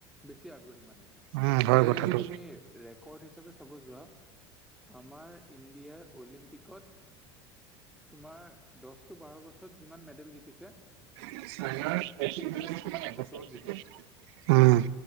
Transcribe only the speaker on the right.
উম, হয়
কথাটো
<unintelligible>
উম